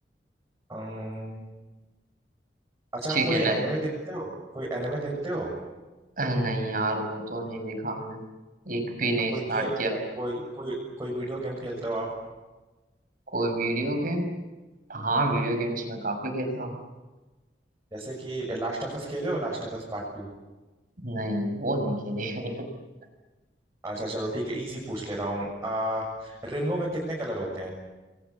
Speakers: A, on the right; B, on the right.
A: अम्म, अच्छा
B: ठीक
A: आप कोई
B: है नहीं
A: एनिमे देखते हो कोई एनिमे देखते हो
B: अह, नहीं यार वो तो नहीं देखा मैंने एक भी नहीं
A: आ, कोई
B: स्टार्ट
A: गेम मतलब
B: किया
A: कोई कोई कोई वीडियो गेम खेलते हो आप
B: कोई वीडियो गेम हाँ वीडियो गेम्स में काफी खेलता हूँ
A: जैसे कि लास्ट ऑफ अस खेले हो Last of us part two
B: नहीं वो नहीं खेली <laughs>
A: अच्छा चलो ठीक है इजी पूछ ले रहा हूँ आ रेनबो में कितने कलर होते हैं